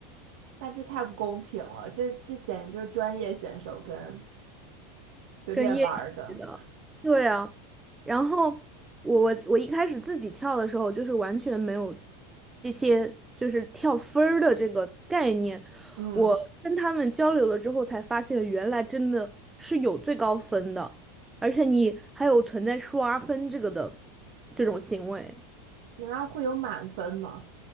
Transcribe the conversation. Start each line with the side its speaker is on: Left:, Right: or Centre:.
Right: 那这太不公平了，这这简直就是专业选手跟随便玩儿的，
Centre: 跟业余的，对啊。然后我我我一开始自己跳的时候，就是完全没有这些就是跳分儿的这个概念。
Right: 嗯，
Centre: 我跟他们交流了之后，才发现原来真的是有最高分的，而且你还有存在刷分这个的这种行为。
Right: 难道会有满分吗？